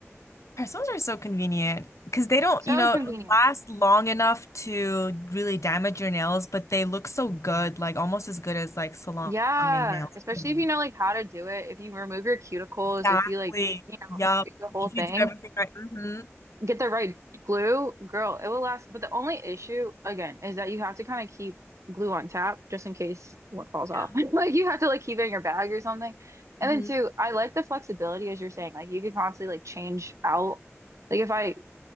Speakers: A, on the left; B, on the right.
A: Parcels are so convenient because they don't,
B: So
A: you know,
B: convenient.
A: last long enough to really damage your nails, but they look so good, like almost as good as like salon
B: Yeah,
A: made nails.
B: especially
A: Mhm.
B: if you know like how to do it. If you remove your cuticles,
A: Exactly.
B: if you like, you know,
A: Yup.
B: do the whole
A: If
B: thing,
A: you do everything right. hmm
B: get the right glue, girl, it will last. But the only issue, again, is that you have to kind of keep glue on tap just in case one falls off.
A: Yeah.
B: <laughs> Like you have to like keep it in your bag or something. And
A: hmm
B: then too, I like the flexibility as you're saying. Like you could constantly like change out. Like if I